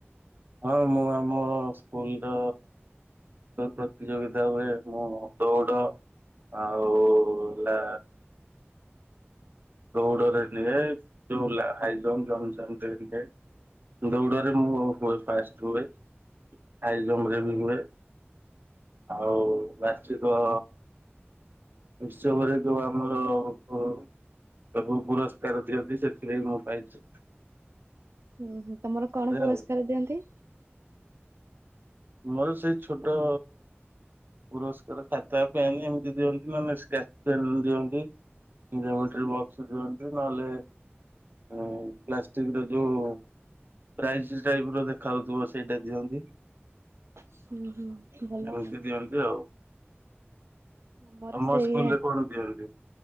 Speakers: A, on the right; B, on the right.
A: ହଁ ମୁଁ ଆମର ସ୍କୁଲ ର ତ ପ୍ରତିଯୋଗିତା ହୁଏ ମୁଁ ହ ଦୌଡ଼। ଆଉ ହେଲା ଦୌଡ଼ରେ ନିଏ ଯୋଉ ହେଲା ହାଇଜମ୍ ଜ ଜମ୍ପ ରେ ନିଏ। ଦୌଡ଼ରେ ମୁଁ ହୁଏ ଫାଷ୍ଟ ହୁଏ ହାଇ ଜମ୍ପ ରେ ବି ହୁଏ। ଆଉ ବାର୍ଷିକ ଉତ୍ସବରେ ଯଉ ଆମର ଅ ସବୁ ପୁରସ୍କାର ଦିଅନ୍ତି ସେଥିରେ ବି ମୁଁ ପାଇଚି।
B: ହୁଁ ହୁଁ ତମର କଣ ପୁରସ୍କାର
A: ଆଉ।
B: ଦିଅନ୍ତି?
A: ମୋର ସେଇ ଛୋଟ ପୁରସ୍କାର ଖାତା ପେନ୍ ଏମ୍ତି ଦିଅନ୍ତି ନଲେ ସ୍କେଚ୍ପେନ୍ ଦିଅନ୍ତି। ଜେମେଟ୍ରି ବକ୍ସ ଦିଅନ୍ତି ନହେଲେ ହୁଁ ପ୍ଲାଷ୍ଟିକ ର ଯୋଉ ପ୍ରାଇଜ୍ ସ୍ଟାଇପ୍ର ଦେଖାହଉଥିବ ସେଇଟା ଦିଅନ୍ତି।
B: ହୁଁ ହୁଁ ଭଲ।
A: ଏମିତି ଦିଅନ୍ତି ଆଉ।
B: ଆମର
A: ଆମ
B: ସେୟା
A: ସ୍କୁଲରେ କଣ ଦିଅନ୍ତି